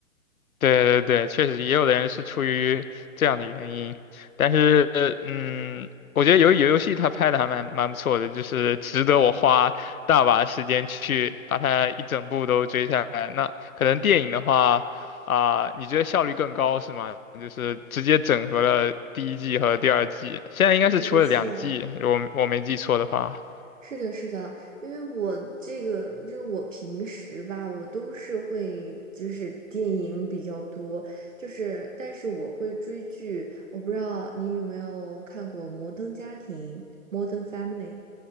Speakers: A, on the left; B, on the right.
A: 对对对，确实也有的人是出于这样的原因，但是嗯，我觉得由于游戏它拍的还蛮蛮不错的，就是值得我花大把时间去把它一整部都追下来。那可能电影的话，啊、你觉得效率更高是吗？就是直接整合了第一季和第二季，现在应该是出了两季，
B: <laughs> 没错。
A: 我我没记错的话。
B: 是的，是的，因为我这个就是我平时吧，我都是会就是电影比较多，就是但是我会追剧，我不知道你有没有看过《摩登家庭 m o Family），